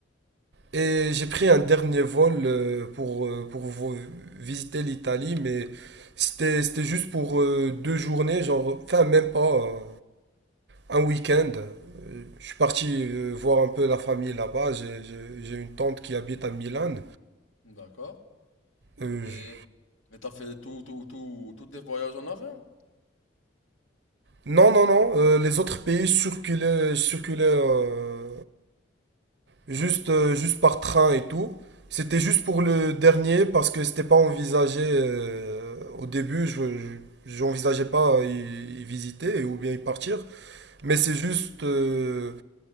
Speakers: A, on the right (about 55°); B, on the left (about 85°).
A: Et j'ai pris un dernier vol euh, pour, euh, pour vo- visiter l'Italie, mais c'était, c'était juste pour euh, deux journées, genre, enfin même pas, euh, un week-end. Euh, Je suis parti euh, voir un peu la famille là-bas. J'ai j'ai- j'ai une tante qui habite à Milan.
B: D'accord.
A: Euh,
B: Et...
A: je-
B: Et t'as fait tout, tout, tout, tous des voyages en avion?
A: Non, non, non. euh, les autres pays circulaient, circulaient euh, juste, euh, juste par train et tout. C'était juste pour le dernier parce que c'était pas envisagé euh, au début. Je, je- j'envisageais pas y, y visiter ou bien y partir. Mais c'est juste euh,